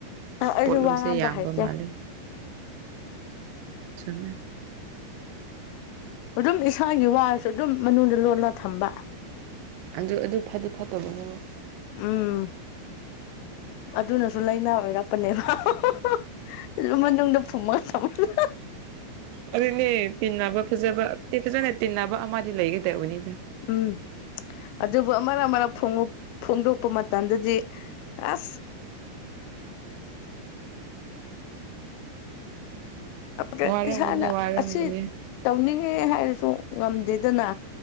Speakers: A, on the left; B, on the right.
A: ꯑꯩꯁꯨ
B: ꯄꯣꯠꯂꯨꯝꯁꯦ
A: ꯋꯥ ꯉꯥꯡꯕ
B: ꯌꯥꯝꯕ
A: ꯍꯩꯇꯦ
B: ꯃꯥꯜꯂꯦ ꯆꯨꯝꯃꯦ
A: ꯑꯗꯨꯝ ꯏꯁꯥꯒꯤ ꯋꯥꯔꯁꯨ ꯑꯗꯨꯝ ꯃꯅꯨꯡꯗ ꯂꯣꯜꯂ ꯊꯝꯕ
B: ꯑꯗꯨ ꯑꯗꯨ ꯐꯗꯤ ꯐꯠꯇꯕꯅꯤꯅꯦ
A: ꯎꯝ ꯑꯗꯨꯅꯁꯨ ꯂꯥꯏꯅꯥ ꯑꯣꯏꯔꯞ ꯄꯂꯦꯕ <unintelligible> ꯃꯅꯨꯡꯗ ꯐꯨꯃ ꯊꯝ <unintelligible>
B: ꯑꯗꯨꯅꯦ ꯇꯤꯟꯅꯕ ꯐꯖꯥꯕ ꯐꯖꯅꯥ ꯇꯤꯟꯅꯕ ꯑꯃꯗꯤ ꯂꯩꯒꯗꯧꯕꯅꯤꯗ
A: ꯎꯝ꯫ ꯑꯗꯨꯕꯨ ꯑꯃꯔꯛ ꯑꯃꯔꯛ ꯐꯣꯡꯗꯣꯛ ꯐꯣꯡꯗꯣꯛꯄ ꯃꯇꯝꯗꯗꯤ ꯑꯁ ꯒ
B: ꯋꯥꯔꯝꯒꯅꯤ
A: ꯏꯁꯥꯅ
B: ꯋꯥꯔꯝꯒꯅꯤ
A: ꯑꯁꯤ ꯇꯧꯅꯤꯡꯉꯤ ꯍꯥꯏꯔꯁꯨ ꯉꯝꯗꯦꯗꯅ